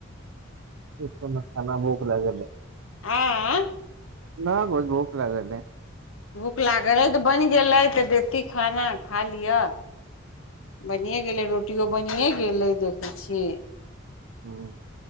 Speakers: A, on the right; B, on the left.
A: की ख न खाना भूख लागलै।
B: आँ
A: न गो भूख लागलए।
B: भूख लागल रहै तऽ बनि गेलै तऽ देती खाना खा लिअ बनिए गेलै रोटिओ बनिए गेलै देखै छियै।
A: ह्म